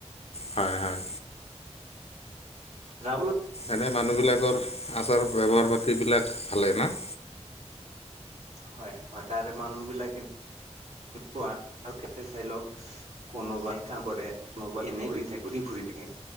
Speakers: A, on the left; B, on the right.
A: হয়', হয়',
B: যাবল
A: এনে মানুহবিলাকৰ আচাৰ ব্যৱহাৰ পাতিবিলাক ভালে ন।
B: হয়', হয়', তাৰে মানুহ বিলাকে <unintelligible> কেতো চাই লক। কোনোবাই কাম কৰে কোনোবাই এনে ঘুৰি থাকে ঘূৰি ফুৰি থাকে।